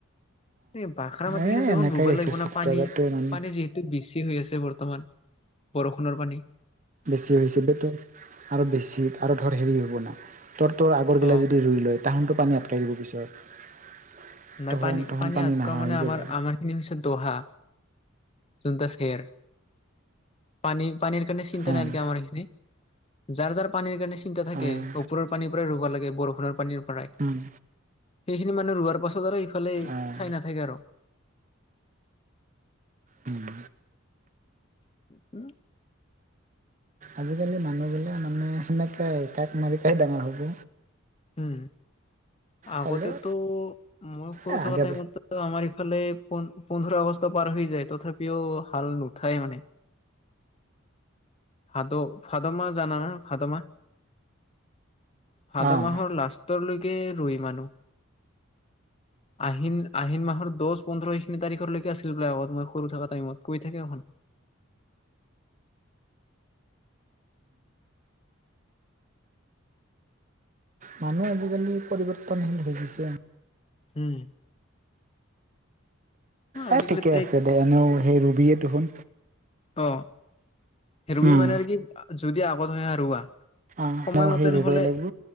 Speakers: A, on the left; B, on the right.
A: এই বাখা মাটিখিনিত
B: এ
A: দেখোন
B: এনেকাই
A: ৰুবই
B: হৈছে
A: লাগিব,
B: চব
A: না পানী,
B: জাগাতে মানে
A: পানী যিহেতু এইটো বেছি হৈ আছে বৰ্তমান, বৰষুণৰ পানী।
B: বেছি হৈছে, <unintelligible> আৰু বেছি আৰু ধৰ, ধৰ হেৰি হ'ব না। তৰ তোৰ আগৰ
A: অ
B: গিলা যদি ৰুই লয় তাহনতো পানী আটকাই দিব পিছত।
A: নাই
B: তহন
A: পানী,
B: তহন
A: পানী অতকা
B: নাহা
A: মানে
B: হৈ
A: আমাৰ,
B: যাব।
A: আমাৰ ইনচে দহা, জোনটো এয়াৰ, পানী পানীৰ কাৰণে চি চিন্তা
B: অ',
A: নাই নেকি আমাৰ এইখিনিত। যাৰ যাৰ পানীৰ কাৰণে চিন্তা থাকে,
B: অ',
A: ওপৰৰ পানীৰ পৰাই ৰু'ব লাগে বৰষুণৰ পানীৰ পৰাই।
B: উম,
A: সেইখিনি মানে ৰোৱাৰ পাছত আৰু ইফালে
B: অ'।
A: চাই নাথাকে আৰু।
B: উম।
A: <inaudible>
B: আজিকালি মানুহবিলাক মানে সেনেকোৱাই আৰু, তাক মাৰি খাই ডাঙৰ হ'ব।
A: উম, আগতেতো
B: হ'লেও
A: মই সৰু
B: এ
A: থকা
B: আগে
A: টাইমটো আমাৰ ইফালে পোন্ধ, পোন্ধৰ আগষ্ট পাৰ হৈ যায়, তথাপিও হাল নুঠায়েই মানে। ভাদ, ভাদ মাহ জানা না, ভাদ মাহ। ভাদ
B: অঁ
A: মাহৰ লাষ্টৰলৈকে ৰুই মানুহ। <inaudible> আহিন আহিন মাহৰ দহ পোন্ধৰ এইখিনি তাৰিখলৈকে আছিল বোলে আগত মই সৰু থকা টাইমত কৈ থাকে দেখোন।
B: মানুহ আজিকালি পৰিৱৰ্তনশীল হৈ গৈছে।
A: উম। আজিকালি
B: এ ঠিকে
A: ট্ৰেক
B: আছে, দে এনেও সেই ৰুবিয়েই দেখোন।
A: অ', ৰুই
B: উম
A: মানে আৰু কি যদি আগত হয় আহ ৰুৱা।
B: অঁ
A: সময়
B: এনেও
A: মতে
B: সেই ৰুবই
A: নহ'লে,
B: লাগিব